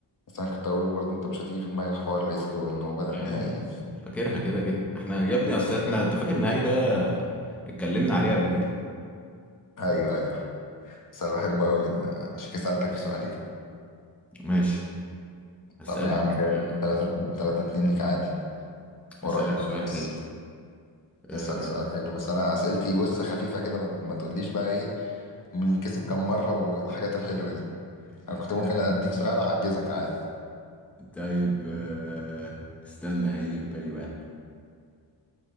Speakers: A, on the left; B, in the centre.
A: بس انا كنت اقول برضه انت مش هتيجي في دماغك حوار ريسكو انه بدأ
B: آه
A: النهائي
B: يا ابني
A: دي
B: فاكرها كده كده احنا يا ابني اصل احنا انت فاكر النهائي ده اتكلمنا عليه قبل كده
A: ايوه ايوه بس انا بحبه قوي عشان كده سألتك في سؤالين
B: ماشي هسألك
A: طب يا عم كده
B: آه،
A: 3 3 2 ليك عادي قريب
B: هسألك سؤال
A: انا لسه
B: حلو آه،
A: اسال سؤال حلو بس انا اسئلتي بص خفيفه كده ما ما تقوليش بقى ايه مين كسب كام مره والحاجات الحلوه دي
B: <laughs>
A: انا كنت ممكن اديك سؤال اعجزك عادي
B: طيب آه، استنى هيجي في بالي واحد